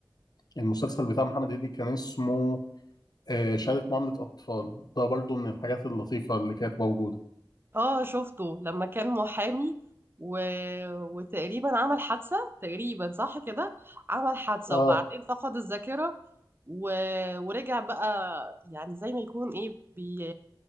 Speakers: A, on the left (about 55°); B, on the right (about 30°).
A: المسلسل بتاع محمد هنيدي كان اسمه آه، شهادة معاملة أطفال ده برضو من الحاجات اللطيفة اللي كانت موجودة
B: اه شفته لما كان محامي و... وتقريبا عمل حادثة تقريبا صح كده عمل حادثة
A: اه
B: وبعدين فقد الذاكرة و... ورجع بقى يعني زي ما يكون ايه بي...